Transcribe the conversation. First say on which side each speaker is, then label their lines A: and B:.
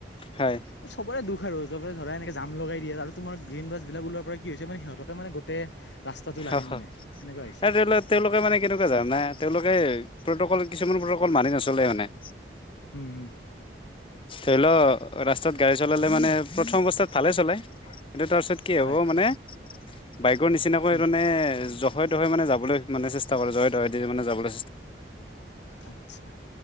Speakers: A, on the left; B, on the left.
A: হয়।
B: চবৰে দোষ আৰু। <unintelligible> ধৰা এনেকে জাম লগাই দিয়ে আৰু তোমাৰ গ্ৰীণ বাছবিলাক ওলোৱাৰ পৰা কি হৈছে মানে, সিহঁতকে মানে গোটেই ৰাস্তাটো লাগে
A: হা' হা'
B: মানে সেনেকুৱা হৈছে
A: <unintelligible> তেওঁলোকে মানে কেনেকুৱা জানা, তেওঁলোকে প্ৰট'কল কিছুমান প্ৰট'কল মানি ন'চলে মানে।
B: উম।
A: ধৰি ল' ৰাস্তাত গাড়ী চলালে মানে প্ৰথম অৱস্থাত ভালে চলাই, কিন্তু তাৰপিছত কি হ'ব
B: হয়
A: মানে বাইকৰ নিচিনাকৈ
B: উম
A: মানে জহাই তহাই মানে যাবলৈ মানে চেষ্টা কৰে, জহাই তহাই মানে যাবলে
B: আটচ্ছা,